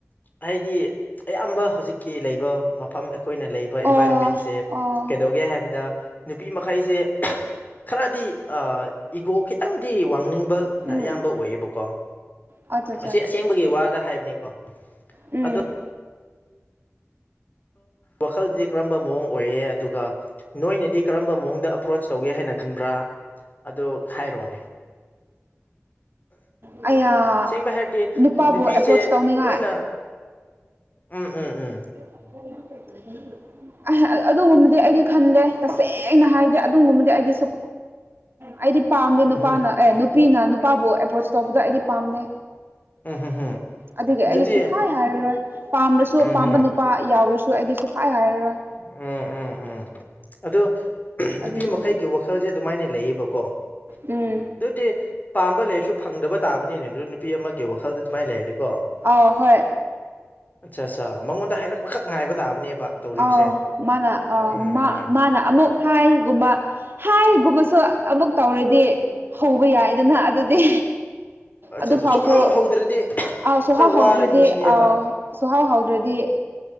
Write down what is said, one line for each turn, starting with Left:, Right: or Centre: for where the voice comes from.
Left: ꯍꯥꯏꯗꯤ ꯑꯌꯥꯝꯕ ꯍꯧꯖꯤꯛꯀꯤ ꯂꯩꯕ ꯃꯐꯝ ꯑꯩꯈꯣꯏꯅ ꯂꯩꯕ ꯑꯦꯟꯚꯥꯏꯔꯣꯟꯃꯦꯟꯁꯦ
Right: ꯑꯣ ꯑꯣ
Left: ꯀꯩꯗꯧꯒꯦ ꯍꯥꯏꯕꯗ ꯅꯨꯄꯤ ꯃꯈꯩꯁꯦ ꯈꯔꯗꯤ ꯏꯒꯣ ꯈꯤꯇꯪꯗꯤ ꯋꯥꯡꯅꯤꯡ ꯕꯅ
Right: ꯎꯝ
Left: ꯑꯌꯥꯝꯕ ꯑꯣꯏꯌꯦꯕꯀꯣ
Right: ꯑꯠꯆꯥ
Left: ꯑꯁꯤ ꯑꯁꯦꯡꯕꯒꯤ ꯋꯥꯗ ꯍꯥꯏꯕꯅꯤꯀꯣ
Right: ꯎꯝ
Left: ꯑꯗꯣ ꯋꯥꯈꯜꯗꯗꯤ ꯀꯔꯝꯕ ꯃꯑꯣꯡ ꯑꯣꯏꯌꯦ ꯑꯗꯨꯒ ꯅꯣꯏꯅꯗꯤ ꯀꯔꯝꯕ ꯃꯑꯣꯡꯗ ꯑꯦꯄ꯭ꯔꯣꯆ ꯇꯧꯒꯦ ꯍꯥꯏꯅ ꯈꯟꯕ꯭ꯔꯥ ꯑꯗꯨ ꯍꯥꯏꯔꯣꯅꯦ
Right: ꯑꯌꯥ
Left: ꯁꯦꯡꯕ ꯍꯥꯏꯔꯗꯤ
Right: ꯅꯨꯄꯥꯕꯨ
Left: ꯅꯨꯄꯤꯁꯦ
Right: ꯑꯦꯄ꯭ꯔꯣꯆ ꯇꯧꯅꯤꯡꯉꯥꯏ
Left: ꯂꯣꯏꯅ ꯎꯝ ꯎꯝ ꯎꯝ
Right: <unintelligible> ꯑ ꯑꯗꯨꯒꯨꯝꯕꯗꯤ ꯑꯩꯗꯤ ꯈꯟꯗꯦ ꯇꯁꯦꯡꯅ ꯍꯥꯏꯗꯤ ꯑꯗꯨꯒꯨꯝꯕꯗꯤ ꯑꯩꯗꯤ ꯁꯨꯛ ꯑꯩꯗꯤ ꯄꯥꯝꯗꯦ
Left: ꯎꯝ
Right: ꯅꯨꯄꯥꯅ
Left: ꯍꯝ
Right: ꯑꯦ ꯅꯨꯄꯤꯅ ꯅꯨꯄꯥꯕꯨ ꯑꯦꯄ꯭ꯔꯣꯆ ꯇꯧꯕꯗꯣ ꯑꯩꯗꯤ ꯄꯥꯝꯗꯦ
Left: ꯎꯝ ꯍꯝ ꯍꯝ
Right: ꯑꯗꯨꯒꯤ
Left: ꯑꯗꯨꯗꯤ
Right: ꯑꯩꯗꯤ ꯁꯨꯛꯍꯥꯏ ꯍꯥꯏꯔꯔꯣꯏ ꯄꯥꯝ꯭ꯔꯁꯨ
Left: ꯎꯝ
Right: ꯄꯥꯝꯕ
Left: ꯍꯝ
Right: ꯅꯨ ꯄꯥ ꯌꯥꯎꯔꯁꯨ ꯑꯩꯗꯤ ꯁꯨꯐꯥꯏ ꯍꯥꯏꯔꯔꯣꯏ
Left: ꯎꯝ ꯎꯝ ꯎꯝ ꯑꯗꯣ
Right: ꯑꯗꯨꯒꯤꯅꯤ
Left: ꯅꯨꯄꯤ ꯃꯈꯩꯒꯤ ꯋꯥꯈꯜꯁꯦ ꯑꯗꯨꯃꯥꯏꯅ ꯂꯩꯌꯦꯕꯀꯣ
Right: ꯎꯝ
Left: ꯑꯗꯨꯗꯤ ꯄꯥꯝꯕ ꯂꯩꯔꯁꯨ ꯐꯪꯗꯕ ꯇꯥꯕꯅꯤꯅꯦ ꯑꯗꯨ ꯅꯨꯄꯤ ꯑꯃꯒꯤ ꯋꯥꯈꯜꯗ ꯑꯗꯨꯃꯥꯏꯅ ꯂꯩꯔꯗꯤꯀꯣ
Right: ꯑ ꯍꯣꯏ
Left: ꯑꯠꯆꯥ ꯑꯠꯆꯥ ꯃꯉꯣꯟꯗ ꯍꯥꯏꯔꯛꯄꯈꯛ ꯉꯥꯏꯕ ꯇꯥꯕꯅꯦꯕ ꯇꯧꯔꯤꯕꯁꯦ
Right: ꯑ ꯃꯥꯅ ꯑ
Left: ꯎꯝ
Right: ꯃꯥ
Left: ꯎꯝ
Right: ꯃꯥꯅ ꯑꯃꯨꯛ ꯍꯥꯏꯒꯨꯝꯕ ꯍꯥꯏꯒꯨꯝꯕꯁꯨ ꯑꯃꯨꯛ ꯇꯧꯔꯗꯤ ꯍꯧꯕ ꯌꯥꯏꯗꯅ ꯑꯗꯨꯗꯤ
Left: ꯑꯠꯆꯥ
Right: ꯑꯗꯨꯐꯥꯎꯁꯨ
Left: ꯑꯠꯆꯥ ꯁꯨꯡꯍꯧ ꯍꯧꯗ꯭ꯔꯗꯤ
Right: ꯑ ꯁꯨꯍꯧ
Left: ꯈꯔ
Right: ꯍꯧꯗ꯭ꯔꯗꯤ
Left: ꯋꯥꯔꯅꯤ ꯁꯤꯅꯦꯕ
Right: ꯑꯧ ꯁꯨꯍꯧ ꯍꯥꯎꯗ꯭ꯔꯗꯤ